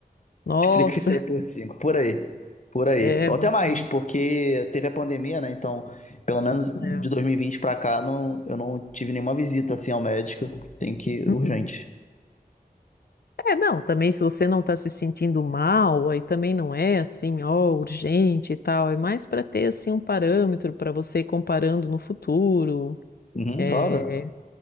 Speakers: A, on the left; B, on the left.
A: Nossa,
B: <laughs> Multiplica isso aí por 5. Por aí. Por aí.
A: <laughs> é
B: Ou
A: bastante.
B: até mais, porque teve a pandemia, né? Então, pelo menos de
A: É.
B: 2020 pra cá, não, eu não tive nenhuma visita assim ao médico. Tem que ir
A: Uhum.
B: urgente.
A: É, não, também se você não está se sentindo mal, aí também não é assim, ó, urgente e tal. É mais para ter assim um parâmetro para você ir comparando no futuro.
B: Uhum,
A: É,
B: claro.